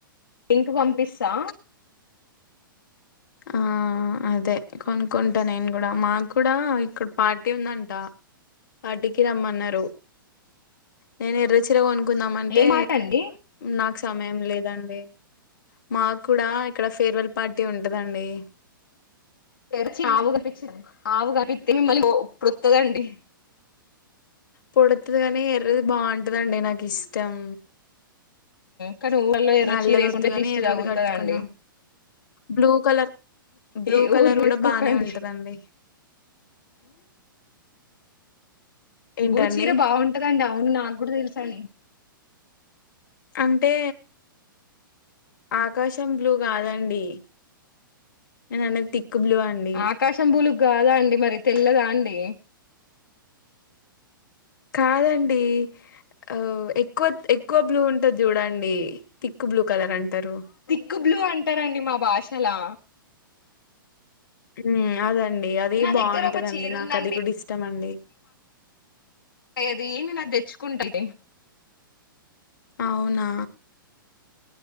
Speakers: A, on the left; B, on the left.
A: లింకు పంపిస్తా
B: ఆ అదే కొనుకుంటా నేను కూడా మాకు కూడా ఇక్కడ పార్టీ ఉందంట పార్టీకి రమ్మన్నారు. నేను ఎర్రచీర కొనుకుందామంటే
A: ఏ మాట అండి
B: నాకు సమయం లేదండి. మాకు కూడా ఇక్కడ ఫేర్వెల్ పార్టీ ఉంటదండి.
A: తేరిచి ఆవు గనిపిచ్చి ఆవుగానిపిచ్చింది మళ్ళీ పో ప్రొట్తదండి
B: పొడతది కానీ ఎర్రది బాగుంటదండి నాకు ఇష్టం.
A: కానీ ఊళ్లో ఎర్ర
B: నల్లది
A: చీర యేసుకుంటే
B: వద్దుగాని
A: దిష్టి
B: ఎర్రది
A: తాగులుతిదండి.
B: కట్టుకుందాం బ్లూ కలర్ బ్లూ
A: ఈ
B: కలర్
A: ఊర్లో
B: కూడా
A: వేసుకోకండి
B: బానే ఉంటదండి ఏంటండి
A: బ్లూ చీర బాగుంటదండి అవును నాకు కూడా తెలుసండి.
B: అంటే ఆకాశం బ్లూ కాదండి. నేను అనేది థిక్క్ బ్లూ అండి.
A: ఆకాశం బులుగు కాదా అండి మరి తెల్లదా అండి.
B: కాదండి ఆ ఎక్కువ ఎక్ ఎక్కువ బ్లూ ఉంటుంది చూడండి థిక్క్ బ్లూ కలర్ అంటారు.
A: థిక్క్ బ్లూ అంటారండి మా భాషలా
B: హ్మ్ అదండి అది
A: నా
B: బాగుంటదండి.
A: దగ్గర ఒక చీర
B: నాకు
A: ఉందండి
B: అది కూడా ఇష్టం అండి.
A: ఏ నేనది తెచ్చకుంటలే.
B: అవునా